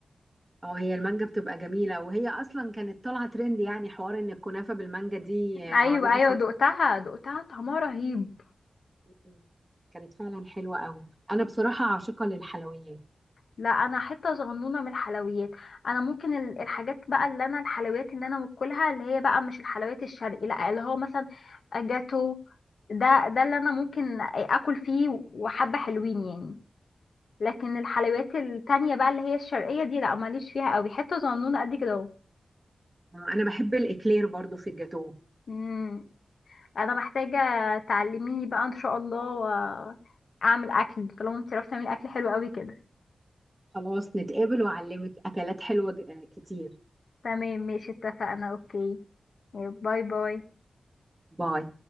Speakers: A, on the right; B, on the left.
A: اه هي المانجا بتبقى جميلة وهي أصلا كانت طالعة ترند يعني حوار إن الكنافة بالمانجا دي
B: ايوه
A: آه، معروفة
B: ايوه
A: فترة
B: دقتها دقتها طعمها رهيب
A: مم. كانت فعلا حلوة قوي أنا بصراحة عاشقة للحلويات
B: لا انا حته صغنونه من الحلويات انا ممكن ال- الحاجات بقى اللي انا الحلويات اللي انا باكلها اللي هي بقى مش الحلويات الشرقي لا اللي هو مثلا جاتو ده ده اللي انا ممكن اكل فيه وحبه حلوين يعني لكن الحلويات التانية بقى اللي هي الشرقيه دي لا ماليش فيها قوي حته صغنونه قد كده اهو
A: أنا أنا بحب الإكلير برضو في الجاتو
B: مم. انا محتاجه تعلميني بقى ان شاء الله آه، اعمل اكل طالما انت عرفتي تعملي اكل حلو قوي كده
A: خلاص نتقابل وأعلمك أكلات حلوة ج- آه، كتير
B: تمام ماشي اتفقنا اوكي باي باي
A: باي